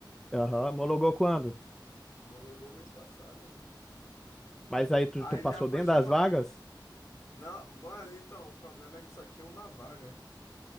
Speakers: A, in the centre; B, on the left.
A: Aham. Homologou quando?
B: homologou mês passado.
A: Mas aí tu,
B: Aí
A: tu passou
B: já foi
A: dentro
B: chamar.
A: das vagas?
B: Não, mano, então, o problema é que só tinha uma vaga.